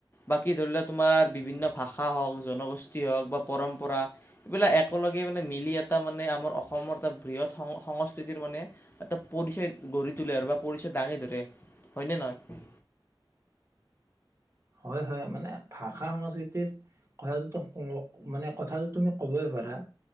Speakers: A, on the left (about 25°); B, on the right (about 30°).
A: বাকী ধৰি লোৱা তোমাৰ বিভিন্ন ভাষা হওক জনগোষ্ঠী হওক বা পৰম্পৰা এইবিলাক একেলগে মানে মিলি এটা মানে আমাৰ অসম অসমৰ এটা বৃহৎ সং-সংস্কৃতিৰ মানে এটা পৰিচয় গঢ়ি তোলে আৰু বা পৰিচয় দাঙি ধৰে হয়নে নহয়?
B: হয়-হয় মানে ভাষা সংস্কৃতিৰ কথাটো মানে কথাটো তুমি ক'বই পাৰা,